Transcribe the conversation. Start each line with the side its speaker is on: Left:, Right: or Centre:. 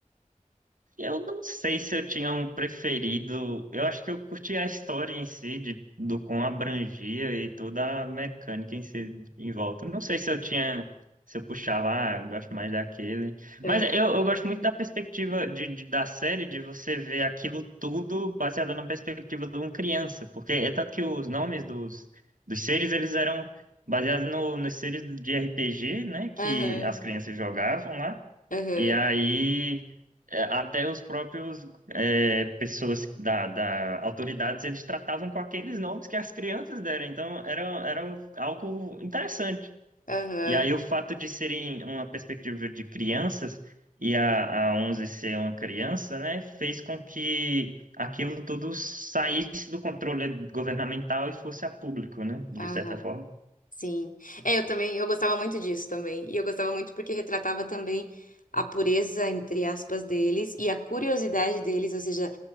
Right: Eu não sei se eu tinha um preferido. Eu acho que eu curti a história em si, de, do quão abrangia e toda a mecânica em si em volta. Não sei se eu tinha. Se eu puxava, ah, eu gosto mais daquele.
Left: Aham,
Right: Mas eu, eu gosto muito da perspectiva de, de- da série, de você ver aquilo tudo baseado na perspectiva de uma criança. Porque é tanto que os nomes dos, dos seres, eles eram baseados no, nos seres de RPG, né? Que
Left: aham,
Right: as crianças jogavam lá.
Left: aham,
Right: E aí. É, Até os próprios é, pessoas da, da autoridades eles tratavam com aqueles nomes que as crianças deram, então era, era algo interessante.
Left: aham,
Right: E aí o fato de serem uma perspectiva de crianças e a, a onze ser uma criança, né, fez com que aquilo tudo saísse do controle governamental e fosse a público, né, de
Left: aham,
Right: certa forma.
Left: sim. É, eu também, eu gostava muito disso também. E eu gostava muito porque retratava também a pureza, entre aspas, deles e a curiosidade deles, ou seja,